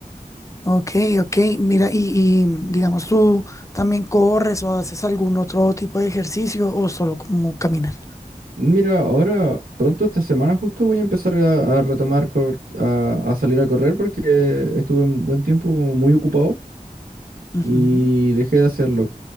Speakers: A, on the left; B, on the right.
A: ok, ok, mira, y, y digamos tú también corres o haces algún otro tipo de ejercicio o solo como caminar.
B: Mira, ahora pronto esta semana justo voy a empezar a, a retomar, cor- a, a salir a correr porque estuve un buen tiempo como muy ocupado
A: Ujú,
B: y dejé de hacerlo.